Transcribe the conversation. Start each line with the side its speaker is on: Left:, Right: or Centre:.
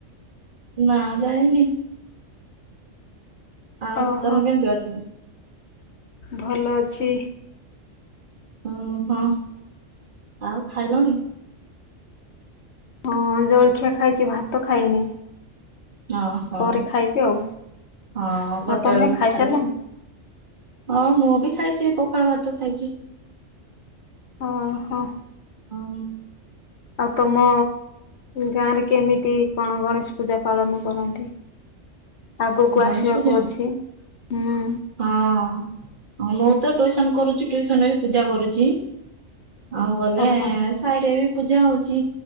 Right: ନା ଯାଇନି ଆଉ
Left: ଓହୋ।
Right: ତମେ କେମିତି ଅଛ
Left: ଭଲ ଅଛି
Right: ହୁଁ ହଁ ଆଉ ଖାଇଲଣି
Left: ହଁ ଜଳଖିଆ ଖାଇଛି ଭାତ ଖାଇନି
Right: ଓହୋ
Left: ପରେ ଖାଇବି ଆଉ।
Right: ହଁ ଗୋଟେ
Left: ଆଉ ତମେ
Right: ବଳକୁ
Left: ଖାଇସାରିଲଣି?
Right: ଖାଇବ ହଁ ମୁଁ ବି ଖାଇଛି ପୋଖାଳ ଭାତ ଖାଇଛି
Left: ଓ ହୋ
Right: ହଉ
Left: ଆଉ ତମ ଗାଁରେ କେମିତି କଣ ଗଣେଶ ପୂଜା ପାଳନ କରନ୍ତି ଆଗକୁ
Right: ଗଣେଶ
Left: ଆସିବାକୁ
Right: ପୂଜା?
Left: ଅଛି ହୁଁ
Right: ହଁ ମୁଁ ତ ଟୁସନ କରୁଛି ଟ୍ୟୁସନ ବି ପୂଜା କରୁଛି ଆଉ ଗଲେ
Left: ଓହୋ।
Right: ସାହିରେ ବି ପୂଜା ହଉଛି